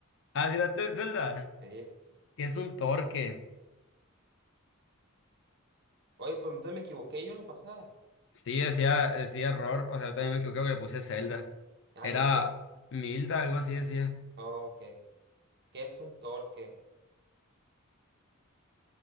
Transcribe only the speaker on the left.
Ah, sí, la tuya es Zelda,
que es un torque.
Sí, decía, decía error, o sea, yo también me equivoqué porque le puse Zelda.
Era
Milda, algo así decía.